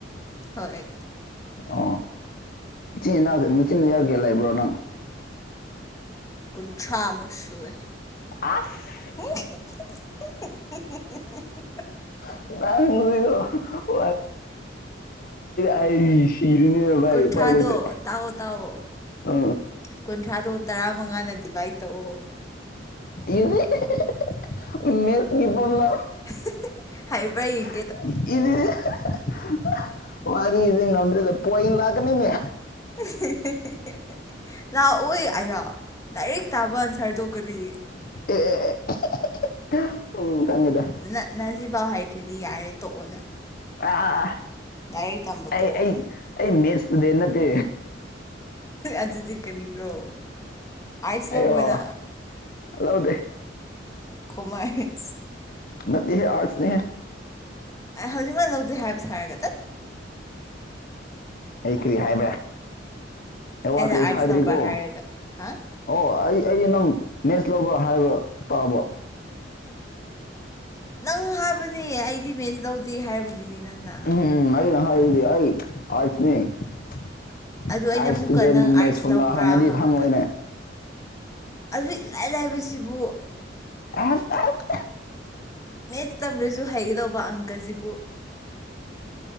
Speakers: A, on the left; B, on the left.
A: ꯍꯣꯏ꯫
B: ꯑꯣ ꯏꯆꯤꯟ ꯏꯅꯥꯎ ꯃꯆꯤꯟ ꯅꯅꯥꯎ ꯀꯌꯥ ꯂꯏꯕ꯭ꯔꯣ ꯅꯪ꯫
A: ꯀꯨꯟꯊ꯭ꯔꯥꯃꯨꯛ ꯁꯨꯑꯦ꯫
B: ꯑꯥꯁ꯫
A: <unintelligible>
B: <inaudible> ꯑꯩ ꯁꯤꯔꯅꯤ ꯕꯥꯏ
A: ꯀꯨꯟꯊ꯭ꯔꯥꯗꯣ
B: ꯎꯄꯥꯏ ꯂꯩꯇ꯭ꯔꯦ
A: ꯇꯥꯛꯑꯣ ꯇꯥꯛꯑꯣ
B: ꯑ꯫
A: ꯀꯨꯟꯊ꯭ꯔꯥꯗꯣ ꯇꯔꯥꯃꯉꯥꯅ ꯗꯤꯚꯥꯏꯠ ꯇꯧꯑꯣ꯫
B: <unintelligible> ꯃꯦꯊꯁꯀꯤ ꯐꫭꯔꯝꯂꯥ
A: <unintelligible> ꯍꯥꯏꯕ꯭ꯔꯥ ꯌꯦꯡ
B: <unintelligible> ꯋꯥꯔꯤꯗꯤ ꯉꯗ꯭ꯔꯗ ꯄꫭꯏꯟ ꯂꯥꯛꯀꯅꯤꯅꯦ꯫
A: <unintelligible> ꯂꯥꯛꯑꫭꯏ꯫ ꯑꯌꯥ ꯗꯥꯏꯔꯦꯛ ꯇꯥꯕ ꯑꯟꯁꯔꯗꫭ ꯀꯔꯤ꯫
B: <unintelligible> ꯈꯪꯉꯤꯗ꯫
A: ꯅ ꯅꯁꯤꯐꯥꯎ ꯍꯥꯏꯇ꯭ꯔꯗꯤ ꯌꯥꯔꯦ ꯇꯣꯛꯑꯣ ꯅꯪ꯫
B: ꯑꯥ
A: ꯂꯥꯏꯔꯤꯛ ꯇꯝꯕ
B: ꯑꯩ
A: ꯇꯣꯛꯑꯣ꯫
B: ꯑꯩ ꯑꯩ ꯃꯦꯊꯁ ꯁ꯭ꯇꯨꯗꯦꯟ ꯅꯠꯇꯦ꯫
A: ꯑꯗꯨꯗꯤ ꯀꯔꯤꯔꯣ꯫ ꯑꯥꯔꯠꯁ
B: ꯑꯩꯔꯣ
A: ꯂꯧꯕ꯭ꯔ ꯅꯪ
B: ꯂꯧꯗꯦ꯫
A: ꯈꫭꯃꯥꯏ
B: ꯅꯠꯇꯦꯍꯦ ꯑꯔꯠꯁꯅꯦꯍꯦ꯫
A: ꯑꯦ ꯍꯧꯖꯤꯛ ꯃꯛ ꯂꯧꯗꯦ ꯍꯥꯏꯕ ꯁꯥꯔꯒ ꯇꯠ꯫
B: ꯑꯩ ꯀꯔꯤ ꯍꯥꯏꯕ꯭ꯔꯥ꯫ ꯑꯩ ꯋꯥ
A: ꯑꯩꯅ
B: ꯀꯔꯤꯁꯨ
A: ꯑꯥꯔꯠꯁ
B: ꯍꯥꯏꯗ꯭ꯔꯤꯀꯣ
A: ꯂꯧꯕ꯭ꯔ ꯍꯥꯏꯔꯒ ꯍꯥ
B: ꯑꯣ ꯑꯩ ꯑꯩ ꯅꯪ ꯃꯦꯠꯁ ꯂꯧꯕ꯭ꯔ ꯍꯥꯏꯕ ꯇꯥꯕ꯫
A: ꯅꯪ ꯍꯥꯕꯅꯦ ꯑꯩꯗꯤ ꯃꯦꯊꯁ ꯂꯧꯗꯦ ꯍꯥꯏꯔꯕꯗꯨꯗꯤ ꯅꯪꯅ꯫
B: ꯎꯝ ꯎꯝ ꯑꯩꯅ ꯍꯥꯏꯗꯤ ꯑꯩ ꯑꯥꯔꯠꯁꯅꯤ ꯑꯥꯔꯁ
A: ꯑꯗꯨ ꯑꯩꯅ ꯑꯃꯨꯛꯀ
B: ꯁ꯭ꯇꯨꯗꯦꯟꯕꯨ
A: ꯅꯪ ꯑꯥꯔꯠꯁ
B: ꯃꯦꯊꯁ ꯐꫭꯔꯝꯂꯥ
A: ꯂꯧꯕ꯭ꯔꯥ
B: ꯍꯪꯉꯗꯤ
A: ꯍꯪꯉꯒ
B: ꯈꯪꯉꯣꯏꯅꯦ꯫
A: ꯑꯗꯨ ꯏꯂꯥꯏ ꯂꯥꯏꯕꯁꯤꯕꯨ꯫
B: <unintelligible>
A: ꯃꯦꯠꯁ ꯇꯝꯗ꯭ꯔꯁꯨ ꯍꯩꯒꯗꯧꯕ ꯑꯪꯀꯁꯤꯕꯨ꯫